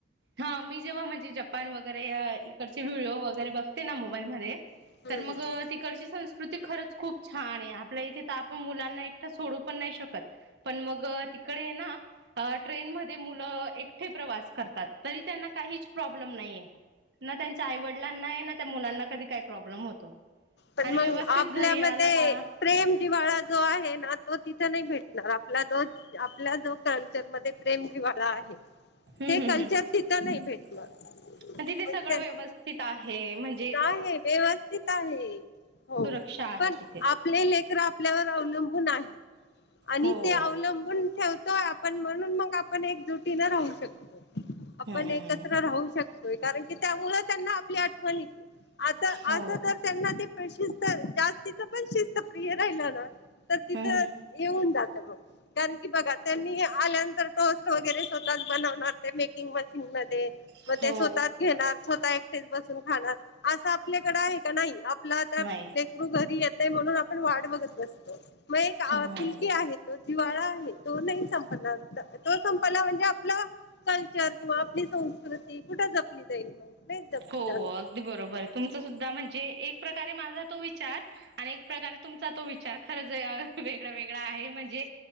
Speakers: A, on the right; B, on the left.
A: हा मी जेव्हा म्हणजे जपान वगैरे इडचे व्हिडिओ वगैरे बघ ते ना मोबाईलमध्येध्ये
B: हम्म
A: तर मग तिकडची संस् खरच खूप छान आहे आपल्या इथे तर आपण मुलांना एकट सोडू पण नाही शकत पण मग तिकडे ना ट्रेन म मु एके त्यांना का प्र् त्यां आवड ल नाही त्या मुलांना कधी काही प्रॉब्लेम होतो
B: पण
A: आणि
B: मग
A: व्यवस्थित
B: आपल्यामध्ये
A: घरी आला का
B: प्रेम जिवाळा जो आहे ना तो तिथ नाही भेटणार... आपला जो आपला जो कल्चरमध्येध्ये प्रेम जिवाळा आहे.
A: हम्म
B: ते कल्चर
A: हम्
B: तिथं नाही भेटणार
A: तिथे
B: मग
A: सगळं
B: ते
A: व्यवस्थित आहे म्हण...
B: नाही व्यवस्थित आहे हो
A: सुरक्षा आहे
B: पण
A: तिथे
B: आपले लेकर आपल्यावर अवलंबून आहेत आणि
A: हो
B: ते अवलंबून ठेवतोय आपण.. म्हणून मग आपण एकजुटीने राहू शकतो. आपण
A: हम्म
B: एकत्र राहू शकतो. कारण की त्यामुळ त्यांना आपली आठवण.. आता
A: हो
B: अस तर त्यांना ते प्रेश.. जास्तीच पण शिस्तप्रिय राहिल ना.. तर तिथं
A: हम्म
B: येऊन जात मग कारण की बघा त्यांनी हे आल्यानर.. टॉस्ट वगैरे.. बनवणारते मेकिंग... तमद मग
A: हो
B: ते स्वतःच घेणार स्वतः... तेच बसून खाणार.. असं आपल्याकडे आहे का नाही आपला आता
A: नाही
B: लेकरू घरी येतय म्हणून... पण वाढ बघत बसतो... मग एक
A: हम्म
B: फुलकी आहे तो जिवाळा... तो नाही संपणार तो संपला म्हणजे आपला कल्चर किंवा आपली संस्कृती कुठ जपली जाईल. नाहीच जपली
A: हो
B: झालं.
A: अगदी बरोबर तुमच सुधा म्हणजे एक प्रकारे माझा तो विचार आणि प्रकारे तुमचा... तो विचार... खरच वेगळा- वेगळा आहे म्हणजे